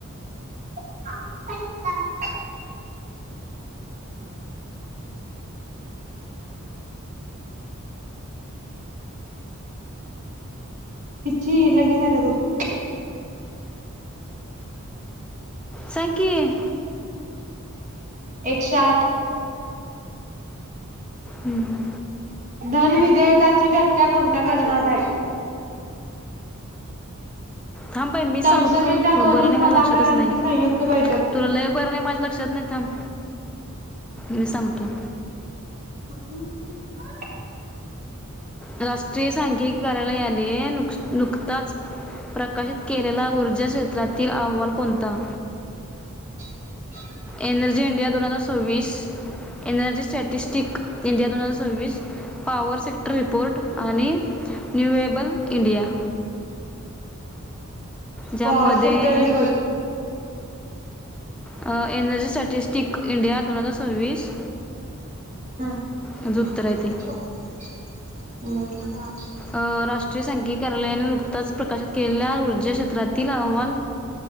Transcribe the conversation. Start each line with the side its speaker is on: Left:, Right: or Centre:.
Right: आ अनतन. <unintelligible> <unintelligible>
Centre: सांग की?
Right: एकशे आठ.
Centre: हुं.
Right: धन विधेयकाची व्याख्या कोणत्या कलमात हाय?
Centre: थांब बाई मीच
Right: संसदेच्या
Centre: सांगू तो सोड, तुला
Right: दोन्ही
Centre: बर नाही
Right: सभागृहांची
Centre: माझ्या लक्षातच नाही.
Right: संयुक्त बैठक
Centre: तुला लय बर नाही माझ्या लक्षात नाही. थांब मी सांगतो.
Right: ह <unintelligible>
Centre: राष्ट्रीय सांखिकी कार्यालयाने नुक नुकताच प्र काशित केलेला ऊर्जा क्षेत्रातील अहवाल कोणता?
Right: <inaudible>
Centre: एनर्जी इंडिया दोन हजार सव्वीस, एनर्जी स्टॅटिस्टिक इंडिया दोन हजार सव्वीस पॉवर सेक्टर रिपोर्ट आणि न्युएबल इंडिया. ज्यामध्ये
Right: पॉवर sector Report
Centre: uh. uh energy statistic India दोन हजार सव्वीस
Right: ह
Centre: याचं उत्तर आहे ते
Right: बर.
Centre: अ राष्ट्रीय सांघीक कार्यालयाने नुकताच प्रकाशित केलेल्या ऊर्जा क्षेत्रातील अहवाल